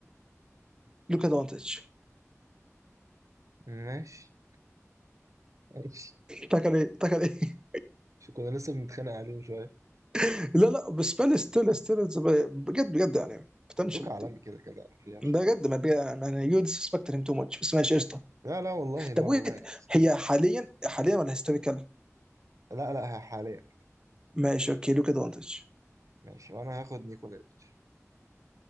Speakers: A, on the right; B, on the right.
A: لوكا دونتش
B: ماشي ماشي
A: تاكل ايه تاكل ايه
B: شو كنا لسه بنتخانق عليه من شويه
A: <laughs> <applause> لا لا بس بالي ستيل ستيل بجد بجد يعني بوتنشال
B: لوكا عالمي كده كده ما فيهاش
A: بجد
B: يعني
A: ما بي... يعني يو ديسبكت هيم تو ماتش بس ماشي قشطه
B: لا لا والله لا
A: طب
B: والله
A: ويت
B: بس
A: هي حاليا حاليا ولا هيستوريكال
B: لا لا ه- حاليا
A: ماشي اوكي لوكا دونتش
B: ماشي وانا هاخد نيكولايتش